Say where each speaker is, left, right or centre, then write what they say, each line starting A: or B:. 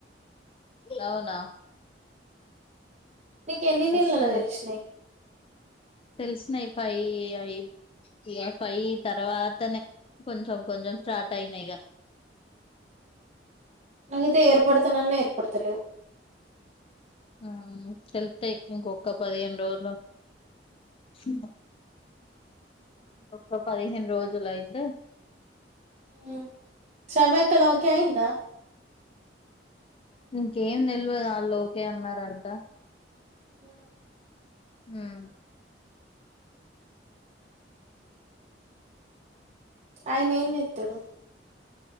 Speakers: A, on the left; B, on the right.
A: అవునా
B: నీకు ఎన్ని నీళ్ళల్లా
A: వస్తది
B: తెలిసినయ్
A: తెలిసినయి ఫై ఐ ఇగ ఫై తర్వాతనే కొంచెం కొంచెం స్టార్ట్ అయినాయిగా
B: అయితే ఏర్పడుతనన్న ఏర్పడతలేవు
A: ఆ అవును తెలుత్తాయి ఇంకొక్క పదిహేను రోజులు ఉ ఒక్క పదిహేను రోజులు అయితే
B: ఉ శ్రావ్యక్కది ఒకే అయిందా
A: ఇంకేం డెల్వదు ఆళ్ళు ఒకే అన్నారంట
B: ఆ
A: హ్మ్
B: ఆయనేం చెత్తడు.